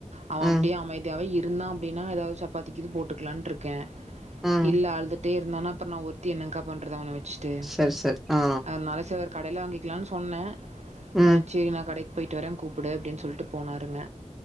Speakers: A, on the right (about 70°); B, in the centre.
A: அவ
B: ம்
A: அப்டியே அமைதியாவே இரு இருந்தா அப்டின்னா எதாவது சப்பாத்திக் இது போட்டுக்லாண்ட்ருக்கே
B: ம்
A: இல்ல அழுதுட்டே இருந்தானா அப்பற நா ஒரு த்தி என்னங்கா பண்றது அவன வச்சுட்டு
B: சரி சரி ஆ
A: அதனால சார் கடைல வாங்கிக் க்கலான்னு சொன்னே
B: ம்
A: ஆ சேரி நா கடைக் போயிட்டு வரே கூப்புடு அப்படின் சொல்ட்டு போனாருங்க